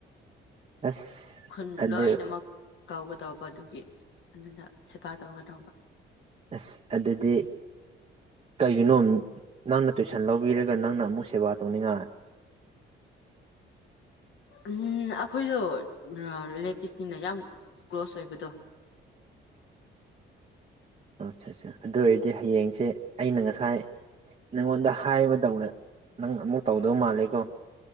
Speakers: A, on the right; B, on the left.
A: ꯑꯁ
B: ꯈꯨꯟ
A: ꯑꯗꯨ꯫
B: ꯂꯣꯏꯅꯃꯛ ꯀꯧꯒꯗꯧꯕ ꯑꯗꯨꯒꯤ ꯑꯗꯨꯗ ꯁꯦꯕꯥ ꯇꯧꯒꯗꯧꯕ꯫
A: ꯑꯁ ꯑꯗꯨꯗꯤ ꯀꯩꯒꯤꯅꯣ ꯅꯪꯅ ꯇꯨꯏꯁꯟ ꯂꯧꯕꯤꯔꯒ ꯅꯪꯅ ꯑꯃꯨꯛ ꯁꯦꯕꯥ ꯇꯧꯅꯤꯡꯉꯥꯏ
B: ꯎꯝ ꯑꯩꯈꯣꯏꯗꯣ ꯔꯤꯂꯦꯇꯤꯚꯅꯤꯅ ꯌꯥꯝ ꯀ꯭ꯂꯣꯁ ꯑꯣꯏꯕꯗꯣ
A: ꯑꯁꯠꯆꯥ ꯑꯗꯨ ꯑꯣꯏꯔꯗꯤ ꯍꯌꯦꯡꯁꯦ ꯑꯩꯅ ꯉꯁꯥꯏ ꯅꯪꯉꯣꯟꯗ ꯍꯥꯏꯕ ꯗꯧꯅ ꯅꯪ ꯑꯃꯨꯛ ꯇꯧꯗꯧ ꯃꯥꯜꯂꯦꯀꯣ